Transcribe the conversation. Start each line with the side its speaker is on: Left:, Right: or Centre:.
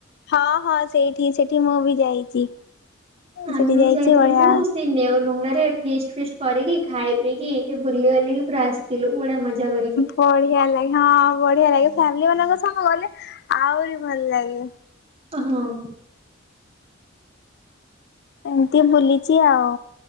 Left: ହଁ ହଁ ସେଇଠି ସେଠି ମୁଁ ବି ଯାଇଚି।
Right: ଆମେ
Left: ସେଠି ଯାଇଛି
Right: ବି ଯାଇଥିଲୁ
Left: ବଢିଆ
Right: ଯୋଉ ସେଇ ନେଉର୍ ବଙ୍ଗଲାରେ ଫିଷ୍ ଫିଷ୍ଟି କରିକି ଖାଇ ପିକି ବୁଲିବାଲିକି ପୁରା ଆସିତିଲୁ ବଢ଼ିଆ ମଜା କରିକି।
Left: ବଢିଆ ଲାଗେ ହଁ ବଢିଆ ଲାଗେ ଫ୍ୟାମିଲି ମାନଙ୍କ ସହ ଗଲେ ଆଉରି ଭଲ ଲାଗେ।
Right: ହଁ।
Left: ଏମିତି ବୁଲିଚି ଆଉ।